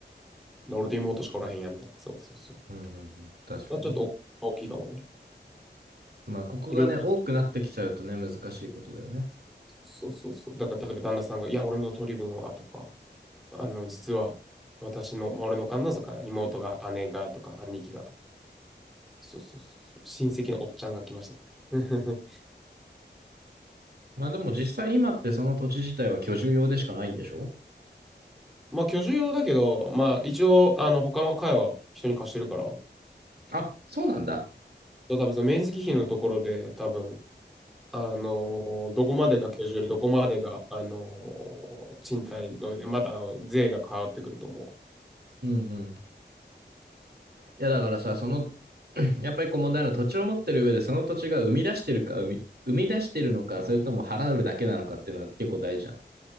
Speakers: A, in the centre; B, on the right.
A: 俺と妹しかおらへんやんみたいな。そうそうそう。
B: うんうんうん。確かにね。
A: まあ、ちょっとお大きいかもね。
B: まあ、ここがね、
A: いろいろ
B: 多くなってきちゃうとね、難しいことだよね。
A: そうそうそう。だから例えば旦那さんが、いや、俺の取り分はとか、あの、実は私の、まあ、俺のおかんのとか、妹が、姉がとか、兄貴がとか、そうそうそうそう、親戚のおっちゃんが来ましたね。<laughs>
B: まあ、でも実際今ってその土地自体は居住用でしかないんでしょ
A: まあ、居住用だけど、まあ、一応、あの、他の階は人に貸してるから、
B: あ、そうなんだ。
A: 多分その面積比のところで、多分、あのどこまでが居住よりどこまでが、あの賃貸ので、まだあの税が変わってくると思
B: うんうん。いや、だからさ、その、<clears throat> やっぱりこう問題なのは土地を持ってる上でその土地が生み出してるか、生み、生み出してるのか、それとも払うだけなのかっていうのは結構大事じゃん。